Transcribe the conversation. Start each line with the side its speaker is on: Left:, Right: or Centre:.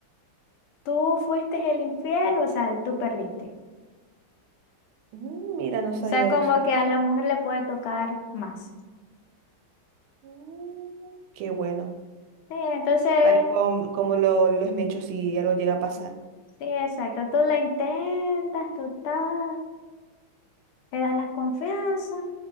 Left: tú fuiste el infiel, o sea, tú perdiste.
Right: Mm, mira, no sabía
Left: O sea, como
Right: eso.
Left: que a la mujer le puede tocar más.
Right: Mm, qué bueno.
Left: Sí, entonces
Right: Para como, como lo, lo esmecho si algo llega a pasar.
Left: Sí, exacto. Tú la intentas, total, le das la confianza,